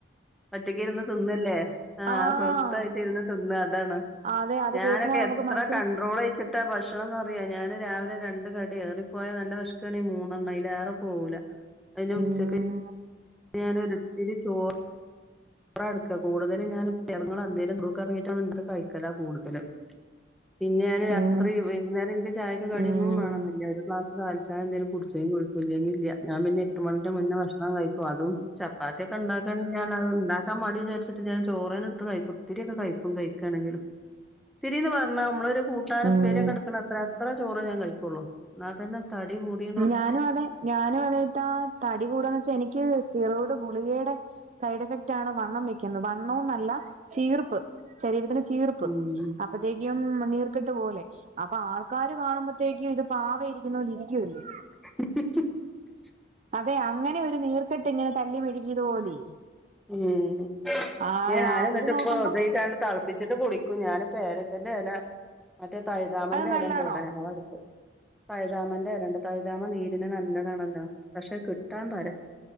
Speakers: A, in the centre; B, on the right.
A: ഒറ്റക്കിരുന്ന് തിന്നല്ലേ ആ
B: ആഹ്
A: സ്വസ്ഥായിട്ട് ഇര്ന്ന് തിന്നാ അതാണ്.
B: അതെ അത്
A: ഞാനൊക്കെ
B: കേൾക്കുമ്പോ നമുക്ക്
A: എത്ര
B: മനസ്സിന്
A: കണ്ട്രോളയ്ച്ച് ട്ട് ഭക്ഷണംന്ന്അറ്യാ ഞാൻ രാവില രണ്ട് കടി ഏറിപ്പോയാൽ നല്ല വെ ശ്കാണെങ്കി മൂന്നണ്ണം എറെ പോവൂല അത്ഞ്ഞ്
B: ഉം
A: ഉച്ചക്ക് <inaudible> ഞാൻ ഒരിത്തിരി ച്ചോ <unintelligible> എടുക്കുക കൂടുതൽ ഞാൻ പിളങ്ങൾ എന്തേലും <unintelligible> ആണ് <unintelligible> കൂടുതലും. പിന്നെ ഞാന് രാത്രി
B: ഉം
A: വൈകുനേരം. ചായക്കാടിയൊന്നും
B: ഉം
A: വേണംന്നില്ല ഒരു ക്ലാസ് കാലി ചായ എന്തേിലും കുടിച്ചെങ്കി കുടിച്ച് ഇല്ലങ്കി ഇല്ല ഞാ പിന്ന എട്ടുമണിന്റെ മുന്നേ ഭക്ഷണം കഴിക്കും അതും ചപ്പാത്തി ഒക്കെ ഉണ്ടാക്കുകആണെങ്കിൽഞൻ അത് ണ്ടാക്കി. ആ മടി വിചരിച്ചിട്ട് ഞൻ ചേറനെ ഇട്ത് കിയിക്കും ഒത്തിരിയക്കെ കഴിക്കും കഴിക്കുകയാണെങ്കിൽ. ഇതിരിന്ന് പറഞ്ഞ നമ്മളൊ ഒരു കൂട്ടാനും
B: ഉം
A: ഉപേരിയോക്കെടുക്കണത്ര അത്ര ചോറെ ഞാൻ കഴിക്കുള്ളൂ ന്നാ തന്നെ. തടികൂടി
B: ഞാനും അതെ ഞാനും അതായിട്ടാ തടി കൂടന്ന് വെച്ചാ എനിക്ക്. ചീറോട് ഗുളികയുടെ സൈഡ് എഫക്റ്റ് ആണ് വണ്ണം വെക്കുന്നത് വണ്ണവുംന്നല്ല ചീർപ്പ്. ശരീരത്തിന് ചീർപ്പ്
A: ഉം
B: അ അപ്പഴത്തേക്കും നീർക്കിട്ട് പോലെ അപ്പൊ ആൾക്കാര് കാണുമ്പോഴത്തേക്കും ഇത് പാവ ഇരിക്കുന്ന പോല ഇരിക്കുവല്ലേ.
A: <unintelligible>
B: അതെ അങ്ങനെ ഒരു നീർക്കെട്ട് ഇങ്ങനെ തല്ലി മെഴുകിയത് പോലെ
A: ഉം
B: ആ
A: ഞാൻ
B: അവര്
A: എന്നിട്ട് ഇപ്പ
B: നോക്കുമ്പം
A: ഉതയിക്കണ്ട താളപ്പ പ്പിച്ചിട്ട് കുളിക്കൂ ഞാൻ പേരക്കന്റെ ഇല മറ്റേ തൈതാമന്റെ
B: അത് നല്ലാണോ
A: ഇല ഉണ്ട് ഇവിടെ ഞങ്ങൾ അടുത്ത്. തഴുതാമന്റെ രണ്ട് തഴുതാമൻ നീരിന് നല്ലതാണല്ലോ പക്ഷെ കിട്ടാൻ പരാ